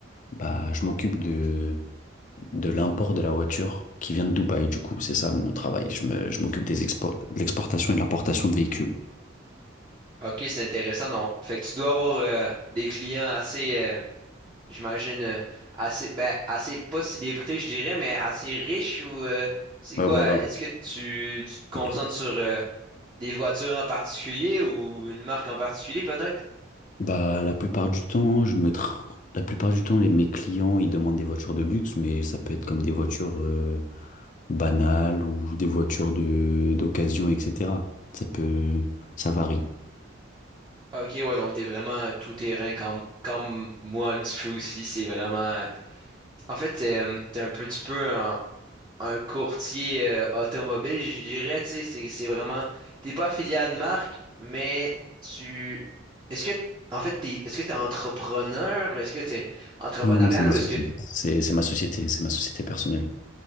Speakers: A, on the left; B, on the right.
A: bah, je m'occupe de de l'import de la voiture qui vient de Dubaï, du coup, c'est ça mon travail. Je me, je m'occupe des expo- de l'exportation et de l'importation de véhicules.
B: Ok, c'est intéressant, donc Fait que tu dois avoir euh, des clients assez, euh, J'imagine euh, assez, ben, assez, pas célébrité, je dirais, mais assez riche ou euh, c'est
A: Ouais,
B: quoi?
A: voilà.
B: Est-ce que tu, tu te concentres
A: Et puis,
B: sur euh, des voitures en particulier ou une marque en particulier peut-être?
A: bah, la plupart du temps, je me tra- la plupart du temps, les, mes clients, ils demandent des voitures de luxe, mais ça peut être comme des voitures euh, banales ou des voitures de d'occasion, etc. Ça peut, ça varie.
B: Ok, ouais, donc t'es vraiment tout terrain comme, comme moi un petit peu aussi. C'est vraiment. En fait, t'es, euh, t'es un petit peu. en, un courtier euh, automobile, je dirais, tu sais, c'est c'est vraiment, t'es pas affilié à une marque, mais tu, est-ce que, en fait, t'es, est-ce que t'es entrepreneur, est-ce que t'es entrepreneurial
A: Oui, oui, c'est ma
B: ou
A: société.
B: est-ce que,
A: C'est c'est ma société, c'est ma société personnelle.